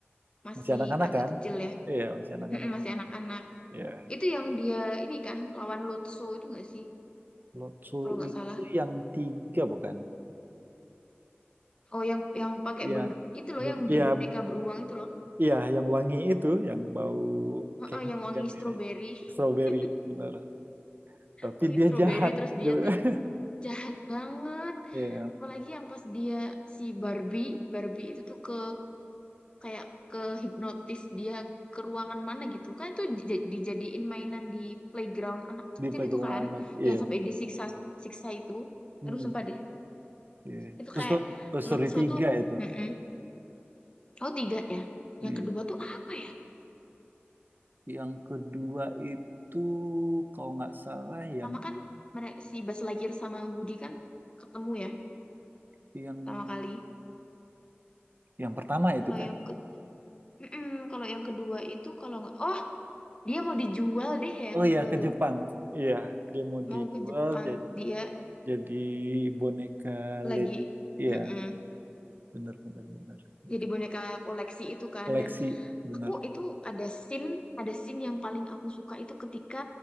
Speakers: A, on the left; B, on the right.
A: masih
B: Masih anak-anak
A: agak
B: kan?
A: kecil ya,
B: Iya masih anak-anak.
A: Mm-mm, masih anak-anak.
B: Iya.
A: Itu yang dia ini kan lawan Lotso itu nggak sih?
B: Lotso
A: Kalau nggak
B: itu
A: salah.
B: yang tiga bukan?
A: Oh, yang yang pakai
B: Yang,
A: ben- itu loh yang
B: iya.
A: di boneka beruang itu loh.
B: Iya, yang wangi itu, yang bau
A: Heeh,
B: candy
A: yang wangi
B: kan
A: stroberi.
B: ya, strawberry
A: <laughs>
B: bener. Tapi
A: Wangi
B: dia
A: stroberi
B: jahat
A: terus
B: gitu.
A: dia tuh
B: <laughs>
A: jahat banget.
B: Iya,
A: Apalagi yang pas dia si Barbie, Barbie itu tuh ke kayak ke hipnotis dia ke ruangan mana gitu. Kan itu dij- dijadiin mainan di playground anak kecil
B: di playground
A: itu kan
B: anak. Iya
A: yang sampai
B: betul.
A: disiksa-siksa itu.
B: Hmm,
A: Aduh, sumpah deh.
B: iya.
A: Itu
B: Terus
A: kayak
B: Toy Story
A: Lutfi
B: tiga
A: tuh
B: itu.
A: Mm-mm. Oh tiga ya.
B: Iya.
A: Yang kedua tuh apa ya?
B: Yang kedua itu kalau nggak salah
A: Pertama
B: yang
A: kan mereka si Buzz Lightyear sama Woody kan ketemu ya
B: yang
A: pertama kali.
B: yang pertama itu
A: Kalau
B: kan.
A: yang ke Mm-mm, kalau yang kedua itu kalau nggak oh dia mau dijual deh ya
B: Oh
A: yang kedua
B: iya ke
A: tuh
B: Jepang. Iya, dia mau
A: mau
B: dijual
A: ke Jepang
B: jadi
A: dia
B: jadi boneka
A: lagi
B: Lego. Iya,
A: Mm-mm.
B: bener bener bener. Itu
A: jadi boneka koleksi itu kan
B: koleksi
A: dan
B: bener.
A: aku itu ada scene ada scene yang paling aku suka itu ketika